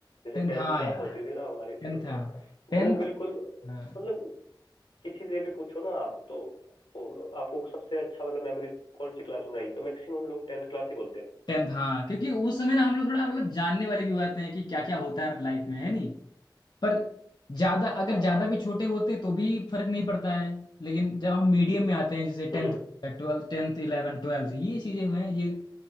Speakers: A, on the left; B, on the left.
A: जैसे
B: टेंथ
A: टेंथ
B: हाँ
A: क्लास
B: यार
A: होती थी ना हमारी
B: टेंथ
A: तो
B: हाँ टेंथ
A: वो बिल्कुल मतलब
B: हाँ
A: किसी से भी पूछो ना आप तो वो आपको सबसे अच्छा मतलब मेमोरीज कौन सी क्लास में बनाई तो मैक्सिमम लोग टेंथ क्लास ही बोलते हैं
B: टेंथ हाँ क्योंकि उस समय ना हम लोग थोड़ा मतलब जानने वाले भी हुए थे हैं कि क्या क्या होता है लाइफ में है नी पर ज्यादा अगर
A: हाँ
B: ज्यादा भी छोटे होते तो भी फर्क नहीं पड़ता है लेकिन जब हम मीडियम में आते हैं जैसे tenth
A: हम्म
B: twelfth tenth eleven twelfth ये चीजें हुए हैं ये